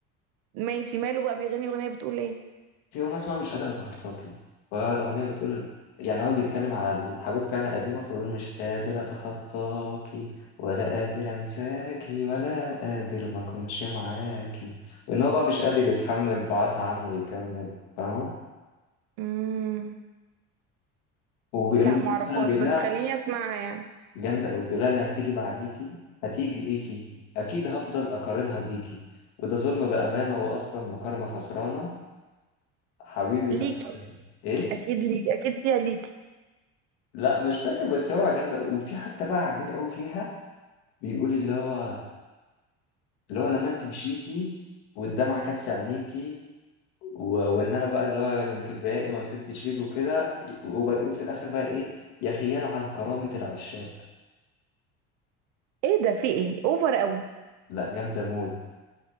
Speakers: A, on the right; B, on the left.
A: ماشي ماله بقى بيغني اغنية بتقول ايه
B: في اغنيه اسمها مش قادر اتخطاكي وهي الاغنيه بتقول يعني هو بيتكلم على الحبيب بتاعنا القديمه فبيقول مش قادر اتخطاكي ولا قادر انساكي ولا قادر ما اكونش معاكي وان هو بقى مش قادر يتحمل بعدها عنه ويكمل فاهمه
A: امم
B: وبيقول
A: لا
B: لها
A: معرفهاش
B: مثلا بيقول
A: بس
B: لها
A: خليني اسمعها يعني
B: جامدة أوي بيقولها اللي هتيجي بعديكي هتيجي إيه فيكي أكيد هفضل أقارنها بيكي وده ظلم بأمانة وأصلا مقارنة خسرانة حبيبي تحب
A: ليك
B: إيه؟
A: اكيد ليك اكيد فيها ليك
B: لا مش فاكر بس هو جامدة أوي. وفي حتة بقى عجباني أوي فيها بيقول اللي هو اللي هو لما أنت مشيتي والدمعة كانت في عينيكي و... وإن أنا بقى اللي هو من كبريائي ما مسكتش فيك وكده وبيقول في الآخر بقى إيه يا خيال عن كرامة العشاق
A: ايه ده في ايه اوفر قوي
B: لا جامدة موت